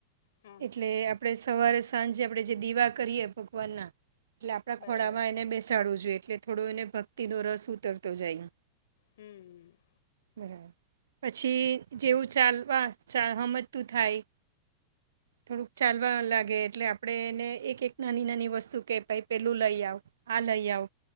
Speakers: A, on the left; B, on the right.
A: હા
B: એટલે આપણે સવારે સાંજે આપણે જે દીવા કરીએ ભગવાનના એટલે આપણાં
A: બરાબર
B: ખોડામાં એને બેસાડવું જોઈએ. એટલે થોડો એને ભક્તિ નો રસ ઉતરતો જાય.
A: હમ હ.
B: <inaudible> પછી જેવું ચાલવા ચા સમજતું થાય, થોડુંક ચાલવા લાગે એટલે આપણે એને એક એક નાની નાની વસ્તુ કે ભાઈ પેલું લઈ આવ, આ લઈ આવ,